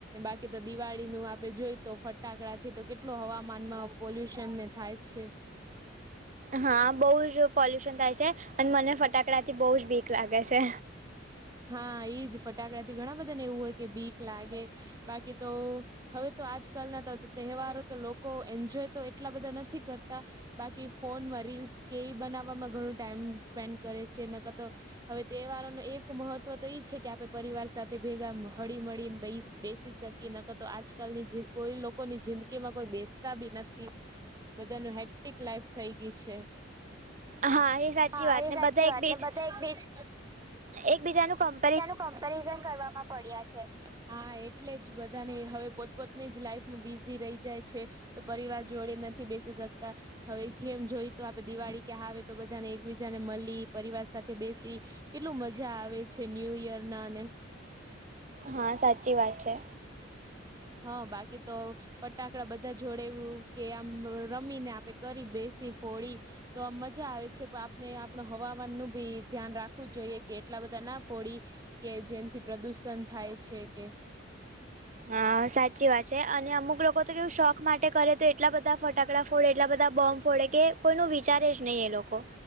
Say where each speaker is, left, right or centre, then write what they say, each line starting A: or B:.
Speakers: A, on the right; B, on the right.
A: બાકી તો દિવાળી નું આપે જોઈ તો ફટાકડા થી તો કેટલું હવામાનમાં પોલ્યુશનને થાય અ્ છે
B: હા બહુ જ પોલ્યુશન થાય છે અને મને ફટાકડા થી બહુ જ ભીક લાગે છે
A: હા એજ ફટાકડાથી ઘણા બધા ને એવું હોય કે બીક લાગે બાકી તો હવે તો આજકાલના તહેવારો તો લોકો એન્જોય તો એટલા બધા નથી કરતા બાકી ફોનમાં રીલ્સ કે ઈ બનાવવામાં ઘણું ટાઈમ સ્પેન્ડ કરે છે ન ક રતો હવે તે વાળો ન એ મહત્વ તો એ છે કે આપણે પરિવાર સાથે ભેગા હળી મળીને બે બેસી શકીએ નક તો આજકાલની જે કોઈ લોકોની જિંદગી માં કોઈ બેસતા બી નથી બધાનું હેક્ટિક લાઈફ થઈ ગઈ છે
B: હા એ સાચી
A: હા
B: વાત
A: એ
B: ને
A: સાચી
B: બધા એકબીજ
A: વાત ને બધા એક બેીજ
B: એકબીજાનું કં
A: તેનું કમ્પેરિઝન કરવામાં પડ્યા છે હા એટલે જ બધાને હવે પોતપોતની જ લાઈફમાં બિઝી રહી જાય છે તો પરિવાર જોડે નથી બેસી શકતા હવે જેમ જોઈ તો આપડે દિવાળી કે હ આવે તો બધાને એકબીજા ને મળી પરિવાર સાથે બેસી કેટલું મજા આવે છે ન્યુ યર ના અને
B: હા સાચી વાત છે
A: હા બાકી તો ફટાકડા બધા જોડે કે આમ રમીને આપે કરી બેસી ફોડી <unintelligible> તો આ મજા આવે છે પણ આપને આપણ હવામાન નું બી ધ્યાન રાખવું જ જોઈએ કે એટલા બધા ના ફોડી કે જેન થી પ્રદુષણ થાય છે કે
B: અ સાચી વાત છે અને અમુક લોકો તો કેવું શોખ માટે કરે તો એટલા બધા ફટાકડા ફોડે એટલા બધા બોમ્બ ફોડે કે કોઈનું વિચારે જ નહીં એ લોકો